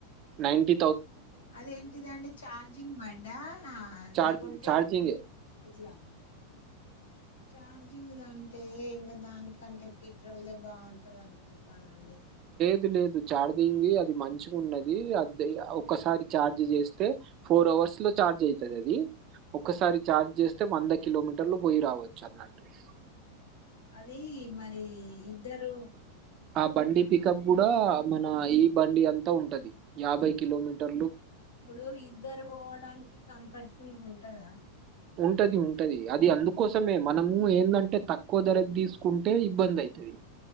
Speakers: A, on the right; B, on the left.
A: నైన్టి
B: అదేంటిదండి చార్జింగ్ బండా?
A: ఛార్జ్
B: లేకుంటే
A: ఛార్జింగ్
B: ఇట్లా చార్జింగ్ దంటే ఇంకా దానికంటే పిట్రోల్ దె బాగుంటది అనుకుంట్ టానండి.
A: లేదు లేదు ఛార్జింగ్ ది అది మంచిగున్నది, అదే ఒకసారి చార్జ్ చేస్తే ఫోర్ అవర్స్ లో ఛార్జ్ అయితదది ఒకసారి ఛార్జ్ చేస్తే వంద కిలోమీటర్లు పోయి రావచ్. చర్మినార్ ట్రీస్
B: అదీ మరి ఇద్దరు
A: అబ్ బండి పికప్ కూడా మన ఈ బండి అంత ఉంటది, యాభై కిలోమీటర్ పర్
B: ఇప్పుడు ఇద్దరు పోవడానికి కంఫర్టపుల్ గున్ టదా
A: ఉంటది ఉంటది అది అందుకోసమే మనము ఏందంటే తక్కువ ధరకు తీసుకుంటే ఇబ్బంది అయితది